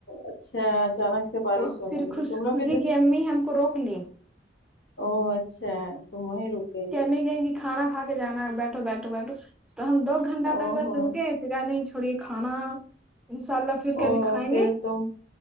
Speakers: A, on the left; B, in the centre.
A: اچھا اچانک سے بارش
B: تو
A: ہونے
B: پھر
A: لگی
B: خوش
A: تم لوگ
B: خوشی
A: کے جس؟
B: کی امی ہم کو روک لی
A: او اچھا تو وہی رک گئی
B: گئےیں گے کھانا کھ کے جانا بیٹھو بیٹھو بیٹھو تو ہم دو گنٹہ
A: او
B: تک بس
A: ہو
B: رکے خدا نہیں چھوڑیے کھانا انشاء اللہ پھر
A: او
B: کبھی کھائیں
A: پھر
B: گے
A: تم